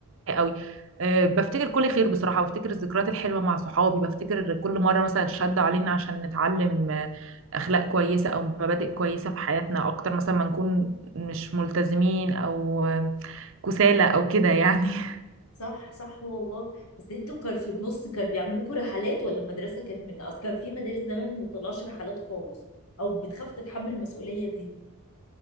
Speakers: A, on the right (about 60°); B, on the left (about 80°).
A: قوي أه بفتكر كل خير بصراحة بفتكر الذكريات الحلوة مع صحابي بفتكر كل مرة مثلا شدوا علينا عشان نتعلم آه، أخلاق كويسة أو مبادئ كويسة في حياتنا أكتر مثلا ما نكون مش ملتزمين أو آه، كسالى أو كده يعني <laughs>
B: صح صح والله بس انتوا كان في النص كانوا بيعملوا لكم رحلات ولا المدرسه كانت من اصل كان في مدارس زمان ما بتطلعش رحلات خالص او بتخاف تتحمل المسؤوليه دي